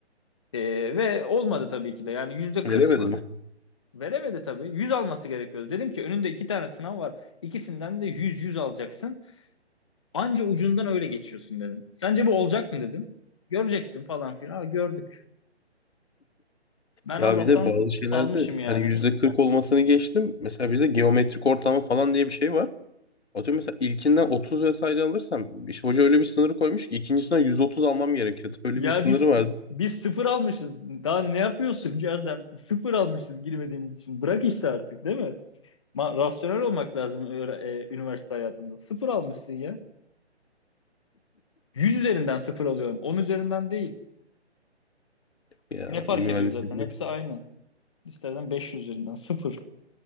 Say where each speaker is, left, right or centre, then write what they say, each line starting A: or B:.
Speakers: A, on the left; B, on the left.
A: Ee, ve olmadı tabii ki de. Yani yüzde 40
B: Veremedim.
A: mı? Veremedi tabii. yüz alması gerekiyordu. Dedim ki önünde iki tane sınav var. İkisinden de yüz yüz alacaksın. Anca ucundan öyle geçiyorsun dedim. Sence bu olacak mı dedim. Göreceksin falan filan. Ha, gördük. Ben
B: Ya
A: Allah'tan
B: bir de bazı şeylerde
A: salmışım yani.
B: hani %40 olmasını geçtim. Mesela bizde geometrik ortamı falan diye bir şey var. Atıyorum mesela ilkinden 30 vesaire alırsam işte hoca öyle bir sınırı koymuş ki ikincisinden 130 almam gerekiyordu. <laughs> Öyle
A: Ya
B: bir sınırı
A: biz
B: vardı
A: biz sıfır almışız. Daha ne yapıyorsun ya sen? Sıfır almışız girmediğimiz için. Bırak işte artık değil mi? Ma- rasyonel olmak lazım öğre- e, üniversite hayatında. Sıfır almışsın ya. yüz üzerinden sıfır alıyorsun. 10 üzerinden değil.
B: ya
A: Ne fark
B: mühendislik.
A: ediyor zaten? Hepsi aynı. İstersen 500 üzerinden sıfır.